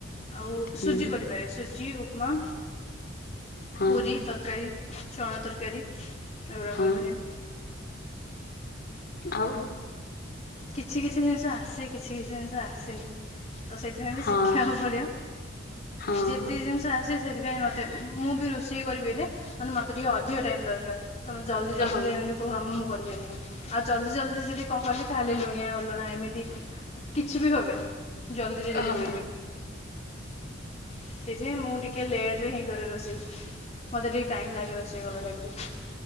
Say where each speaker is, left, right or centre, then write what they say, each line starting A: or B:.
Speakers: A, on the left; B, on the left.
A: ଆଉ
B: ହୁଁ
A: ସୁଜି କରିପାରେ ସୁଜି ଉପମା
B: ହଁ
A: ପୁରୀ ତରକାରୀ ଚଣା ତରକାରୀ ଏଗୁଡ଼ା
B: ହଁ
A: କରିପାରେ।
B: ଆଉ।
A: କିଛି କିଛି ଜିନିଷ ଆସେ କିଛି କିଛି ଜିନିଷ ଆସେନି ତ ସେଥି ଯା ହେଲେ
B: ହଁ
A: ଶିଖିବାକୁ ପଡିବ
B: ହଁ
A: ଯେତେ ଜିନିଷ ଆସେ। ସେଥିପାଇଁ ମତେ ମୁଁ ବି ରୋଷେଇ କରିବି ହେଲେ ମାନେ ମତେ ଟିକେ ଅଧିକ ଟାଇମ ଦରକାର। ତମେ ଜଲଦି ଜଲଦି
B: ହଁ
A: ରେ ଏମିତି କଉ କାମ ମୁଁ କରିପାରିବିନି ଆଉ ଜଲ୍ଦି ଜଲଦି ଯଦି କଣ କହିଲେ ତାହେଲେ ଲୁଣିଆ ଅଲଣା ଏମିତି କିଛି ବି ହେବନି ଜଲଦିରେ ଯଦି
B: ହଁ
A: କରିବି। ସେଇଥିପାଇଁ ମୁଁ ଟିକେ ଲେଟ ରେ ହିଁ କରେ ରୋଷେଇ ମତେ ଟିକେ ଟାଇମ ଲାଗେ ରୋଷେଇ କଲା ଟାଇମ୍ ରେ।